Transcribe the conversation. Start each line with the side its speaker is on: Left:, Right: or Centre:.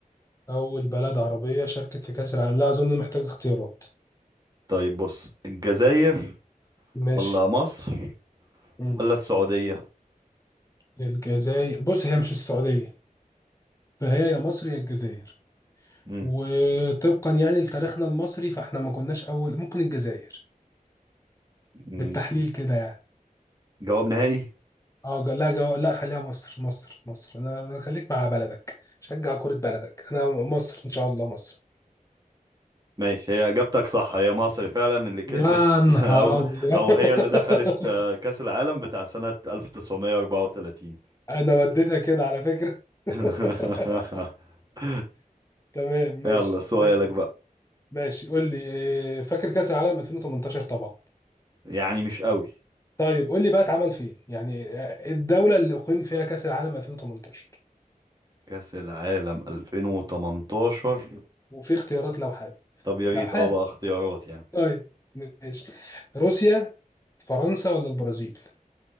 Left: أول بلد عربية شاركت في كأس العالم لا أظن محتاج اختيارات
Right: طيب بص الجزائر
Left: ماشي
Right: ولا مصر
Left: مم.
Right: ولا السعودية
Left: الجزائر بص هي مش السعودية فهي يا مصر يا الجزائر
Right: مم.
Left: وطبقا يعني لتاريخنا المصري فاحنا ما كناش أول ممكن الجزائر
Right: مم.
Left: بالتحليل كده يعني
Right: جواب نهائي
Left: اه ج- لا جو... لا خليها مصر مصر مصر انا أنا خليك مع بلدك شجع كرة بلدك انا مصر ان شاء الله مصر
Right: ماشي هي اجابتك صح هي مصر فعلا اللي كسبت
Left: يا نهار
Right: <laughs> او
Left: ابيض
Right: او
Left: <laughs>
Right: هي اللي دخلت آه، كأس العالم بتاع سنة 1934
Left: انا وديتها كده على فكرة <laughs>
Right: <laughs>
Left: تمام ماشي
Right: يلا سؤالك
Left: طيب.
Right: بقى
Left: ماشي قول لي آه، فاكر كأس العالم 2018 طبعا
Right: يعني مش قوي
Left: طيب قول لي بقى اتعمل فين يعني آه، الدولة اللي أقيم فيها كأس العالم 2018
Right: كأس العالم 2018
Left: وفي اختيارات لو حابب
Right: طب يا ريت
Left: لو حابب
Right: اه بقى اختيارات يعني
Left: طيب ماشي روسيا فرنسا ولا البرازيل